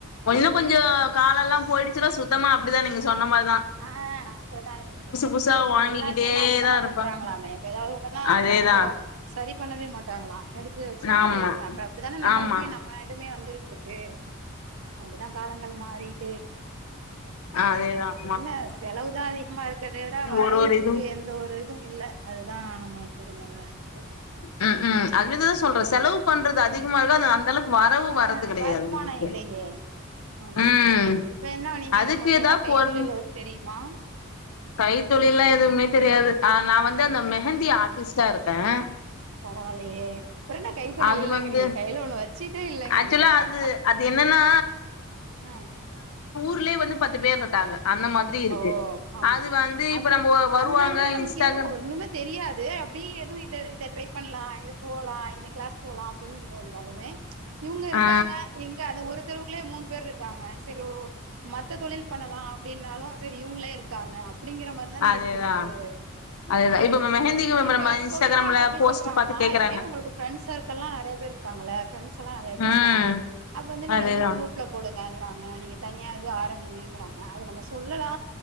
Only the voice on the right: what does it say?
ஆஹ் அப்டிதான் இ இருக்கும்
இப்ப
வெளிநாட்டுல எல்லாம் அப்டித்தான
பண்றாங் களாமே இப்ப எதாவது ஒண்ணுன்னா
கண்டிப்பா சரி பண்ணவே மாட்டாங்களாம் எடுத்து வச்சுட்டு
இது அப்ப அப்டித்தானே நம்மளுதுமே
நம்ம இதுமே வந்து ட்டுருக்கு அப்டிதான் காலங்கள் மாறி டே
என்ன செலவு தான் அதிகமா இருக்கதே விட வரவுக்கு
எந்த ஒரு இதுவும் இல்ல அதுதான் <unintelligible> நம்மளுக்கு இது மாரி தா இருக்குது
ம்
ம்
ஆ
வருமானம்
இல்லையே ஆமா
இப்ப என்ன நீங்க
உங்களுக்கு
என்ன கைத்தொழில்
எதுவும் தெரியுமா
பரவா இல்லையே அப்புறம் என்னா கைத்தொழில்
இல்லங்கிறீங்க
கையில ஒண்ணு வச்சுட்டே இல்லேங்கிறீங்களேப்பா
ஆஹ்
ஓ ஆமா
ஆமா
அ
அதுனால தான நம்மளுக்கு
எதுவும் ஒண்ணுமே தெரியாது அப்டியே எதோ இது இத ட்ரை பண்லாம் இது போலாம் இது கிளாஸ் போலாம் அப்டினு இருந்தாலுமே ச் இவுங்க இருக்காங்க
எங்க அத ஒரு இவுங்கலே மூணு பேர் இருக்காங்க செரி ஒ மத்த தொழில் பண்ணலாம் அப்டின்னாலும் சரி இவுங்களே இருக்காங்க அப்டிங்கற மாரிதான
இருக்குது
அஹ்
இப்ப
சொல்றவங்க எப்டி
சொல்றாங்கன்னா
ஏன் உங்களுக்கு ஃப்ரெண்ட்ஸ் சர்க்கள்ல்லாம் நெறய பேர் இருக்காங்கல்ல ஃப்ரெண்ட்ஸ்ல்லா நெறய பேர்
இருக்காங்க அப்ப வந்து நீங்க
வந்து குரூப்ல போடுங்க காங்க நீங்க தனியா இருந்து ஆரம்பிங்கங்கறாங்க அது நம்ம சொல் இல்லடா